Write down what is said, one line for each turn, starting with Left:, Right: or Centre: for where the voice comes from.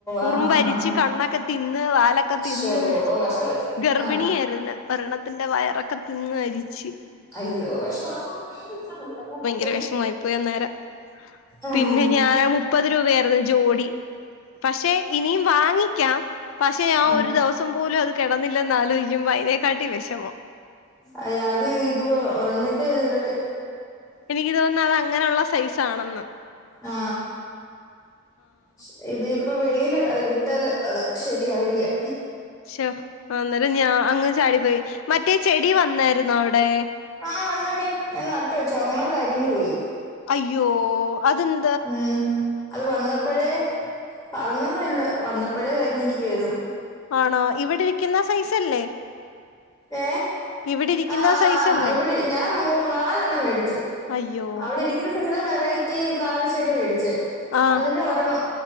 Centre: ആഹ്
Left: ഉറുമ്പരിച്ച്
Centre: ആഹ് ആഹ് ആഹ്
Left: കണ്ണൊക്കെ തിന്ന് വാലൊക്കെ തിന്ന്
Centre: ശോ കഷ്ടായി
Left: ഗർഭിണിയായിരുന്ന്
Centre: ആഹ്
Left: ഒ രെണ്ണത്തിന്റെ വയറൊക്കെ തിന്ന് അരിച്ച്
Centre: അയ്യോ കഷ്ടം <unintelligible>
Left: ഇരവശമായിപ്പോയി അന്നേരം
Centre: ആഹ്
Left: പിന്നെ ഞാൻ ൻ മുപ്പത് രൂപ ആയിരുന്നു ജോഡി പക്ഷെ ഇനിയും വാങ്ങിക്കാം പക്ഷെ ഞാൻ
Centre: ആഹ്
Left: ഒരു ദിവസം പോലും അത് കെടന്നി ല്ലെന്ന് ആലോയ് ക്കുമ്പോ അയ്നെ ക്കാട്ടി വെഷമം
Centre: അ അത് ഇത് അങ്ങത്തെ രീതിയിലൊക്കെ
Left: എനിക്ക് തോന്നുന്ന്‌ അത് അങ്ങനെയുള്ള സൈസാ ണെന്നാ
Centre: ആ ഹ് ഇത് ഇപ്പൊ വെളിൽ ഇട്ടാൽ അത് ശരിയാവില്ല്യ
Left: ശ്ശോ, അന്നേരം ഞാ അങ്ങ് ചാടിപ്പോയി മറ്റേ ചെടി വന്നായിര്ന്നോ അവിടെ
Centre: ആഹ് വന്നടി ഞാൻ നട്ട് വെച്ച ഒർണ്ണം കരിഞ്ഞു പോയി
Left: അയ്യോ അതന്
Centre: ഉം അത് വന്നപ്പോഴേ പറഞ്ഞൊന്നു ല്ല വന്നപ്പോഴേ കരിഞ്ഞിരിക്കുവായിരുന്നു
Left: ആണോ ഇവിടെ ഇരിക്കുന്ന സൈസല്ലേ
Centre: ഏഹ്
Left: ഇവിടെ ഇരിക്കുന്ന
Centre: ആഹ് ആ
Left: സൈസല്ലേ
Centre: ആഹ് ഇവിടെ ഞാൻ മൂന്നാലെണ്ണം മേടിച്ചു
Left: അയ്യോ
Centre: അവിടെ ഇരിക് ഇത് ചില ച്ചില വെറൈറ്റി നാല് ചെടി വേടിച്ചേ
Left: ആഹ്
Centre: അതില് ഒരെണ്ണം